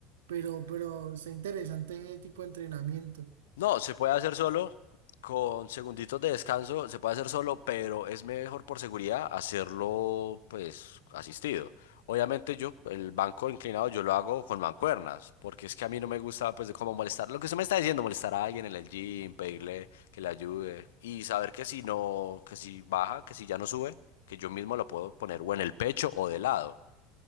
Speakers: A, on the right; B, on the left.
A: pero, pero está interesante ese tipo de entrenamiento.
B: No, se puede hacer solo, con segunditos de descanso, se puede hacer solo, pero es mejor por seguridad hacerlo pues asistido. Obviamente yo, el banco inclinado, yo lo hago con mancuernas, porque es que a mí no me gusta pues de cómo molestar, lo que usted me está diciendo, molestar a alguien en el gym, pedirle que le ayude y saber que si no, que si baja, que si ya no sube, que yo mismo lo puedo poner o en el pecho o de lado.